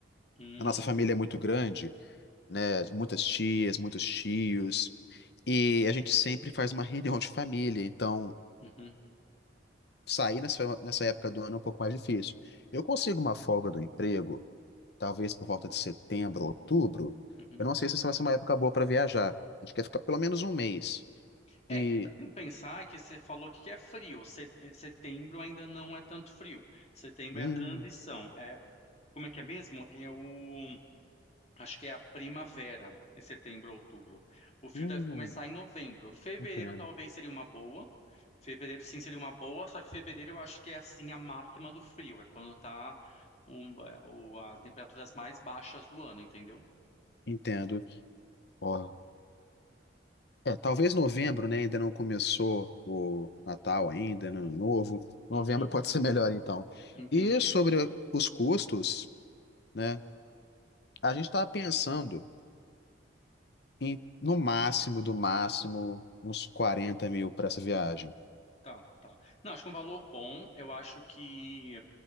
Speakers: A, on the left (about 35°); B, on the left (about 55°).
A: Hum,
B: A nossa família é muito grande, né? Muitas tias, muitos tios, e a gente sempre faz uma reunião de família, então
A: uhum,
B: sair nessa, nessa época do ano é um pouco mais difícil. Eu consigo uma folga do emprego talvez por volta de setembro, outubro.
A: uhum.
B: Eu não sei se isso vai ser uma época boa para viajar. A gente quer ficar pelo menos um mês.
A: É,
B: E.
A: o que tem que pensar é que você falou que é frio. Se- Setembro ainda não é tanto frio. Setembro
B: Hum,
A: é a transição. É a época. Como é que é mesmo? É o Acho que é a primavera, em setembro, outubro. O frio
B: hum,
A: deve começar em novembro. Fevereiro
B: entendo.
A: talvez seria uma boa. Fevereiro sim seria uma boa, só que fevereiro eu acho que é assim a máxima do frio. É quando tá um, é, o- as temperaturas mais baixas do ano, entendeu?
B: Entendo. Ó, é, talvez novembro, né? Ainda não começou o Natal ainda, Ano Novo. Novembro
A: Uhum,
B: pode ser melhor, então.
A: entendi.
B: E sobre os custos, né? A gente estava pensando em, no máximo, do máximo, uns 40 mil para essa viagem.
A: Tá, tá. Não, acho que um valor bom, eu acho que.